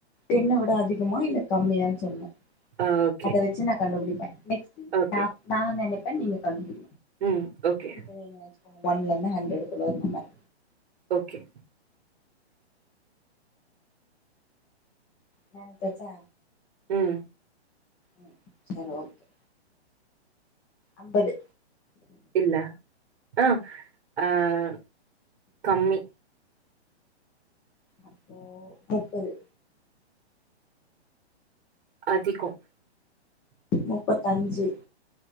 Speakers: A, in the centre; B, on the right.
A: டென்ன விட அதிகமா இல்லை கம்மியான்னு சொன்னேன்
B: ஆ ஓகே
A: அத வச்சு நான் கண்டுபிடிப்பன் நெக்ஸ்ட்
B: ஓகே
A: நான் நான் நி பண்ண நீங்க நன்றி
B: ம் ஓகே
A: இப்ப நீங்க ஒன்லண்ண ஹண்ட்ரடு எதோ ஒரு நம்பர்
B: ஓகே
A: நினச்சாச்சா
B: உம்
A: உம் சரி ஓகே ஐம்பது
B: இல்ல ஆஹ் அஹ் கம்மி
A: அப்போ முப்பது
B: அதிகம்
A: முப்பத்தஞ்சு